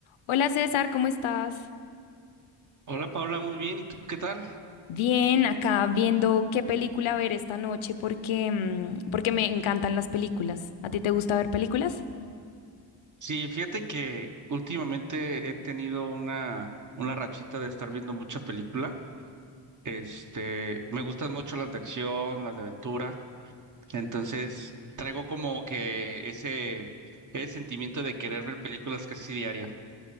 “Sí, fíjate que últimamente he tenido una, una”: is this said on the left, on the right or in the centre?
Right